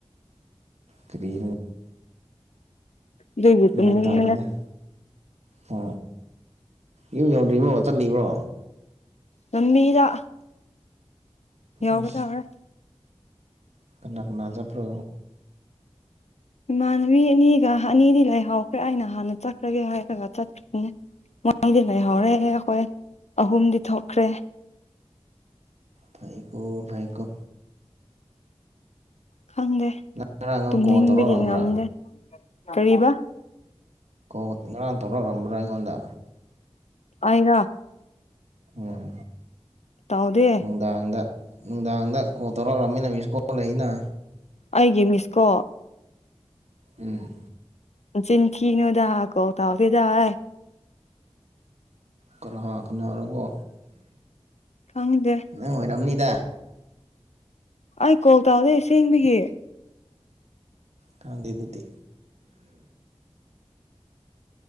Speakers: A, on the right; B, on the left.
A: ꯀꯔꯤꯅꯣ
B: ꯑꯗꯨꯒꯤ
A: ꯒ꯭ꯌꯥꯟ
B: ꯇꯨꯝꯅꯤꯡꯕꯅ
A: ꯇꯥꯗꯦꯗ ꯍꯥ ꯌꯨꯝ ꯌꯧꯗ꯭ꯔꯤꯕ꯭ꯔꯣ ꯆꯠꯂꯤꯕ꯭ꯔꯣ
B: ꯂꯝꯕꯤꯗ ꯌꯥꯎꯒꯗꯧꯔꯦ
A: ꯑꯁ ꯀꯅꯥ ꯀꯅꯥ ꯆꯠꯄ꯭ꯔꯣ
B: ꯏꯃꯥꯟꯅꯕꯤ ꯑꯅꯤꯒ ꯑꯅꯤꯗꯤ ꯂꯩꯥꯍꯥꯎꯈ꯭ꯔꯦ ꯑꯩꯅ ꯍꯥꯟꯅ ꯆꯠꯈ꯭ꯔꯒꯦ ꯍꯥꯏꯔꯒ ꯆꯠꯇ꯭ꯔꯤꯌꯦ
A: <inaudible>
B: ꯑꯩꯗꯤ ꯂꯩꯍꯧꯔꯦꯍꯦ ꯑꯈꯣꯏ ꯑꯍꯨꯝꯗꯤ ꯊꯣꯛꯈ꯭ꯔꯦ
A: ꯐꯩꯌꯦꯀꯣ ꯐꯩꯌꯦꯀꯣ
B: ꯈꯪꯗꯦ
A: ꯅꯪ ꯉꯔꯥꯡ ꯅꯪ
B: ꯇꯨꯝꯅꯤꯡꯕꯒꯤ
A: ꯀꯣꯜ ꯇꯧꯔꯛꯔꯝꯕ꯭ꯔꯥ
B: ꯉꯝꯗꯦ ꯀꯔꯤꯕ
A: ꯀꯣꯟ ꯉꯔꯥꯡ ꯇꯧꯔꯛꯂꯝꯕ꯭ꯔꯥ ꯑꯩꯉꯣꯟꯗ
B: ꯑꯩꯔꯥ
A: ꯎꯝ
B: ꯇꯧꯗꯦ
A: ꯅꯨꯡꯗꯥꯡꯗ ꯅꯨꯡꯗꯥꯡꯗ ꯀꯣꯟ ꯇꯧꯔꯛꯂꯝꯃꯤꯅ ꯃꯤꯁꯀꯣꯜ ꯑꯣ ꯂꯩꯅꯥ
B: ꯑꯩꯒꯤ ꯃꯤꯁꯀꯣ
A: ꯎꯝ
B: ꯅꯆꯤꯟꯊꯤꯅꯨꯗ ꯀꯣꯜ ꯇꯧꯗꯦꯗ ꯑꯥꯏ
A: ꯀꯅꯥ ꯀꯅꯥꯔꯀꯣ
B: ꯈꯪꯗꯦ
A: ꯅꯪ ꯑꯣꯏꯔꯝꯅꯤꯗ
B: ꯑꯩ ꯀꯣꯜ ꯇꯧꯗꯦ ꯑꯁꯦꯡꯕꯒꯤ
A: ꯈꯪꯗꯦꯑꯗꯨꯗꯤ